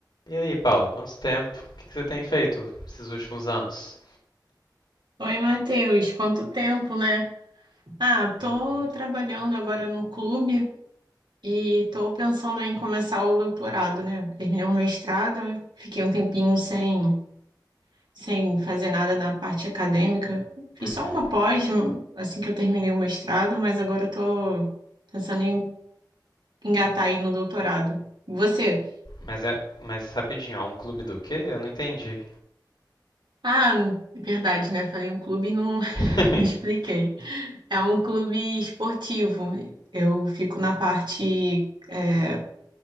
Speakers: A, on the left (about 70°); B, on the right (about 80°).
A: E aí, Paula, quanto tempo? O que que você tem feito esses últimos anos?
B: Oi, Matheus, quanto tempo, né? Ah, tô
A: Uhum,
B: trabalhando agora num clube e tô pensando em começar o doutorado, né? Terminei o mestrado, fiquei um tempinho sem, sem fazer nada na parte acadêmica. Fiz
A: uhum.
B: só uma pós hum, assim que eu terminei o mestrado, mas agora tô pensando em engatar aí no doutorado. Você?
A: Mas é, mas rapidinho, é um clube do quê? Eu não entendi.
B: Ah, verdade, né? Falei um clube e não, <laughs>
A: <laughs>
B: não expliquei. É um clube esportivo. Eu fico na parte, é,